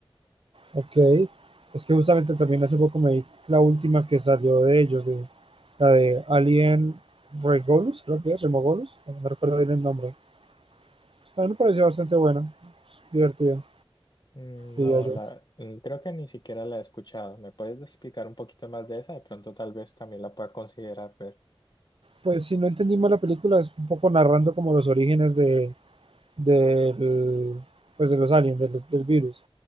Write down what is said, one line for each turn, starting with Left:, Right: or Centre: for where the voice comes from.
Right: Ok, es que justamente también hace poco me vi la última que salió de ellos, de la de Alien Regolus, creo que es, Remogolus, no recuerdo bien el nombre. Pues, También me pareció bastante buena, es divertida,
Left: Mm,
Right: diría
Left: No,
Right: yo.
Left: la, mm, creo que ni siquiera la he escuchado. ¿Me puedes explicar un poquito más de esa? De pronto tal vez también la pueda considerar ver.
Right: Pues si no entendimos la película, es un poco narrando como los orígenes de, del, pues, de los aliens, del, del virus,